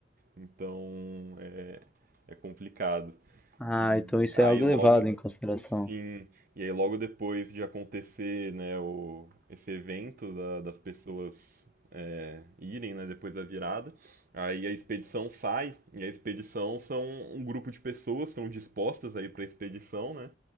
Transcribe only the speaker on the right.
Então, é, é complicado.
E
aí
logo,
sim, e aí logo depois de acontecer, né, o, esse evento da- das pessoas é, irem, né, depois da virada, aí a expedição sai, e a expedição são um grupo de pessoas que estão dispostas aí para a expedição, né,